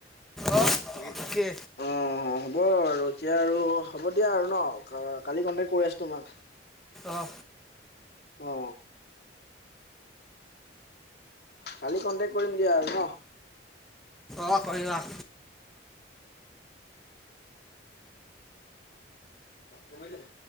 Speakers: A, in the centre; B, on the left.
A: অ
B: শুইয়ে
A: অকে
B: থাকো মই। অ হ'ব ৰ'দ দিয়া আৰু হ'ব দিয়া আৰু ন কা কালি কন্টেক্ট কৰি আছো তোমাক
A: অ
B: অ কালি কন্টেক্ট কৰিম দিয়া আৰু ন
A: অ কৰিবা
B: গম পাইছা নাই